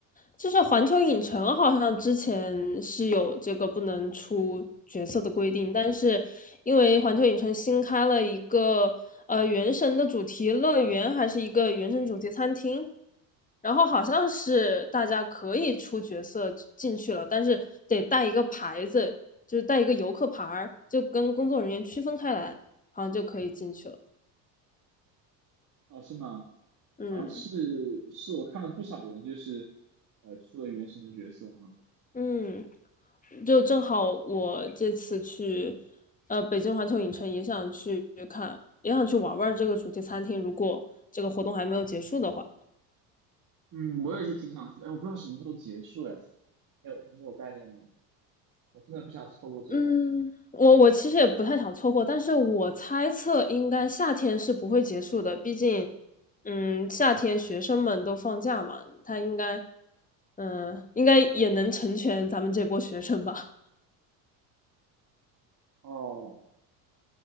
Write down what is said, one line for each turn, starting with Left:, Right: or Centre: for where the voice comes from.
Left: 就是环球影城好像之前是有这个不能出角色的规定，但是因为环球影城新开了一个呃原神的主题乐园，还是一个原神主题餐厅，然后好像是大家可以出角色进去了，但是得带一个牌子，就是带一个游客牌儿，就跟工作人员区分开来，好像就可以进去了。
Right: 哦，是吗？
Left: 嗯
Right: 好像是是我看了不少人，就是呃出了原神的角色哈。
Left: 嗯，就正好我这次去，呃，北京环球影城也想去看，也想去玩玩这个主题餐厅。如果这个活动还没有结束的话，
Right: 嗯，我也是挺想去的，哎，我不知道什么时候结束呀？你有你有概念吗？我真的不想错过这个。
Left: 嗯，我我其实也不太想错过，但是我猜测应该夏天是不会结束的，毕竟，嗯，夏天学生们都放假嘛，他应该，嗯、呃应该也能成全咱们这波学生吧？
Right: 哦，